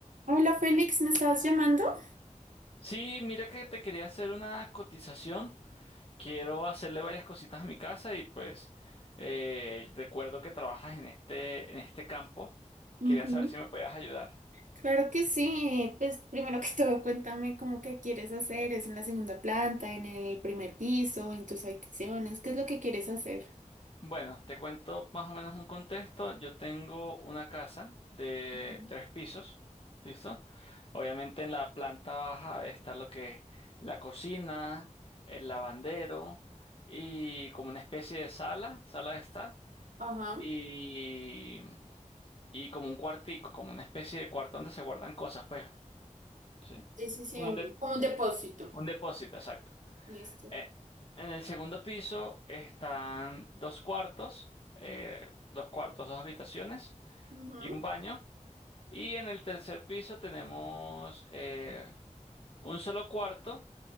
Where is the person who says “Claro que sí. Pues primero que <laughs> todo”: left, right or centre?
Right